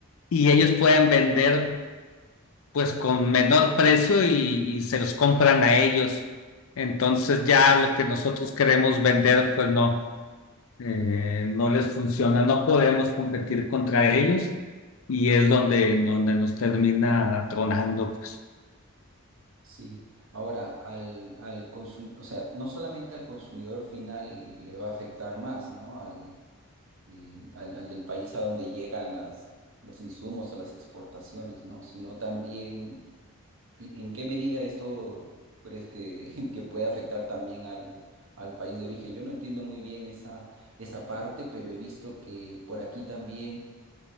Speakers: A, on the left (about 70°); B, on the right (about 65°).
A: y ellos pueden vender pues con menor precio y, y se los compran a ellos. Entonces ya lo que nosotros queremos vender pues no eh, no les funciona, no podemos competir contra ellos y es donde, donde nos termina tronando, pues.
B: Sí, ahora al, al consum- o sea, no solamente al consumidor final le va a afectar más, ¿no? Al, eh, al, al del país a donde llegan las, los insumos o las exportaciones, ¿no? Sino también, ¿y- ¿en qué medida esto crees que, <laughs> que puede afectar también al, al país de origen? Yo no entiendo muy bien esa, esa parte, pero he visto que por aquí también